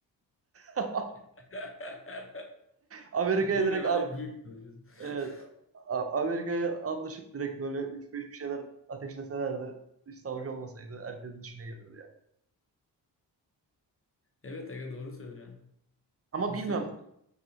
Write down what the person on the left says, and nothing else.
<laughs>
O
kadar
hep büyük konuşuyorsun. <laughs>
Evet aga doğru söylüyorsun.
Rusya'nın